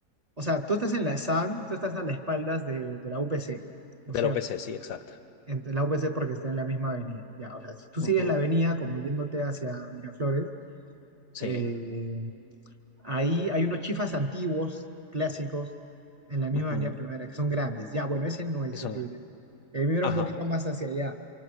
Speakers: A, on the right; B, on the left.
A: o sea, tú estás en la SAN, tú estás a las espaldas de, de la UPC, ¿no es
B: del
A: cierto?
B: OPC, sí, exacto.
A: en la UPC porque está en la misma avenida. Ya, o sea, si tú
B: Ujú,
A: sigues la avenida como yéndote hacia Miraflores,
B: Sí,
A: eh, ahí hay unos chifas antiguos, clásicos, en la misma
B: ujú,
A: avenida Primavera, que son grandes. Ya, bueno, ese no es
B: que son,
A: el libre. El mío era
B: ajá,
A: un poquito más hacia allá.